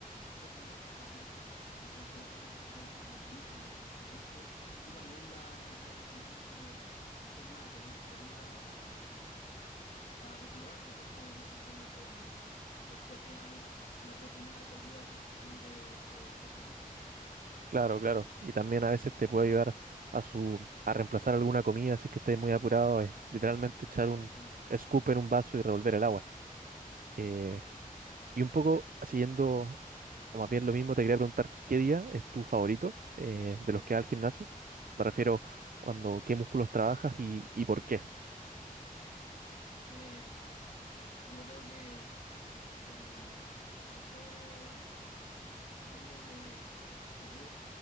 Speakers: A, on the left; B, on the right.
A: dos segundos más rápido. Entonces ese es un suplemento que utilizo y me gusta mucho. Y también la, la proteína que, que nada, te, ayu- te ayuda a, a recuperarte después de una sesión de entrenamiento. Porque al final la proteína te ayuda a construir eh, eh, ese músculo.
B: Claro, claro. Y también a veces te puede ayudar a su a reemplazar alguna comida si es que estés muy apurado. Es literalmente echar un
A: Sí.
B: scoop en un vaso y revolver el agua. Eh, y un poco siguiendo, o más bien lo mismo, te quería preguntar qué día es tu favorito eh, de los que vas al gimnasio. Me refiero cuando qué músculos trabajas y, y por qué.
A: Eh, yo creo que como, como a todos. Hombre de pecho peludo,